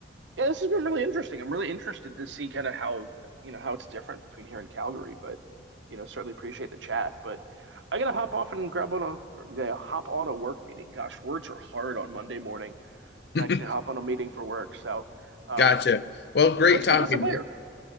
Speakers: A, on the right (about 80°); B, on the left (about 60°).
A: yeah, this has been really interesting. I'm really interested to see kind of how, you know, how it's different between here and Calgary. But, you know, certainly appreciate the chat. But I gotta hop off and grab on a, yeah, hop on a work meeting. Gosh, words are hard on Monday morning and
B: <laughs>
A: actually hop on a meeting for work. So um,
B: Gotcha. Well, great
A: let's
B: talking
A: pick this up
B: to
A: later.
B: you.